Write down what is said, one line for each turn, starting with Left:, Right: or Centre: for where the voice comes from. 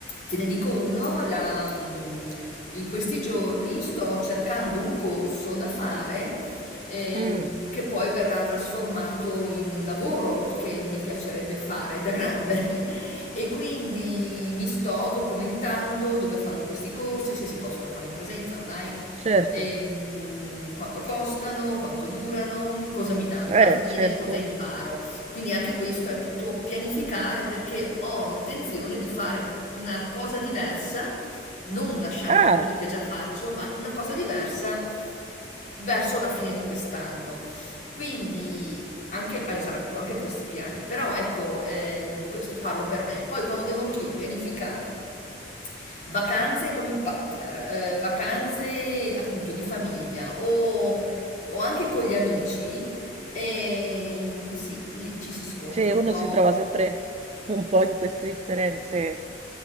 Left: te ne dico uno, la, mh, in questi giorni sto cercando un corso da fare ehm,
Right: mm,
Left: che poi verrà trasformato in un lavoro che mi piacerebbe fare da grande. <laughs> E quindi mi sto documentando dove fanno questi corsi, se si possono fare in presenza, online,
Right: certo,
Left: ehm, quanto costano, quanto durano, cosa mi danno
Right: eh,
Left: alla fine,
Right: certo.
Left: cosa imparo. Quindi anche questo è tutto pianificare perché ho intenzione di fare una cosa diversa non lasciando
Right: Ah,
Left: quello che già faccio, ma una cosa diversa verso la fine di quest'anno. Quindi anche, ah, esatto, anche questi piani. Però ecco, ehm, questo parlo per me. Poi quando devo anch'io pianificare vacanze con il partner, eh, vacanze appunto di famiglia o, o anche con gli amici, ehm, sì, lì ci si scontra
Right: cioè
Left: un
Right: uno
Left: po'.
Right: si trova sempre un po' in queste differenze